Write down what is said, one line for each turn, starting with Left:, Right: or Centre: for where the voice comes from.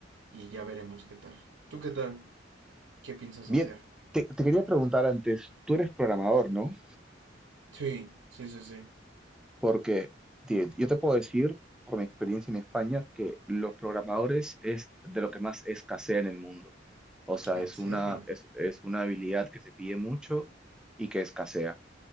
Right: y ya veremos qué tal. ¿Tú qué tal? ¿Qué piensas
Centre: Bien,
Right: hacer?
Centre: te, te quería preguntar antes, tú eres programador, ¿no?
Right: Sí, sí, sí, sí.
Centre: Porque ti- yo te puedo decir, por mi experiencia en España, que los programadores es de lo que más escasea en el mundo. O sea,
Right: ¿En
Centre: es
Right: serio?
Centre: una, es, es una habilidad que se pide mucho y que escasea.